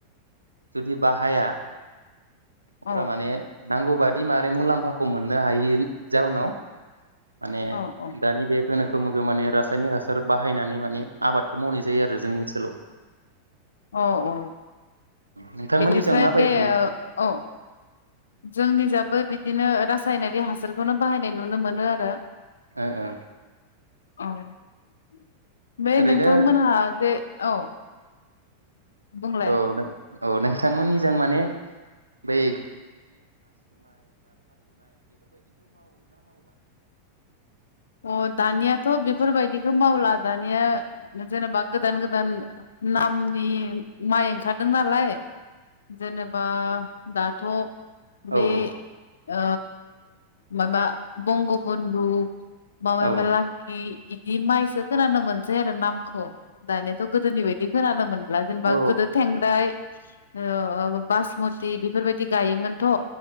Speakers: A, on the right (about 80°); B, on the left (about 65°).
A: जुदि बाहाया अफ्रा
B: औ
A: माने नांगौबादि माबै मुलाम्फाखौ मोननो हायि जाउनाव माने
B: औ औ
A: दानि बे गोनोखो मोगायाव‌ माने रासायनिक हासार बाहायनानै माने आबादखौ मावनाय जायो आरो जोंनि ओनसोलाव।
B: औ औ
A: नोंथांमोननिजों
B: बेनिफ्राय
A: माबायदि
B: बे ए औ। जोंनि जाबो बिदिनो रासायनारि हासारखौनो बाहायनाय नुनो मोनो आरो
A: ओ ओ
B: <inaudible> बे
A: ओरैनो
B: नोंथांमोनहा जे औ बुंलाय
A: औ नों औ नोंथांमोननि जों माने बै
B: अ दानियाथ' बेफोरबायदिखौ मावला दानिया जेनेबा गोदान गोदान नामनि माइ ओंखारदों नालाय जेनेबा दाथ' बे
A: औ औ
B: ओ माबा बंग'बुन्धु। मबेबा
A: औ
B: लाखि। इदि माइसो खोनानो मोनसै आरो नामखौ दानियाथ' गोदोनि बायदि खोनानो मोन जेनबा जेनेबा
A: औ
B: गोदो थेंग्राय ओ बायस मुति बेफोरबायदि गायोमोनथ'।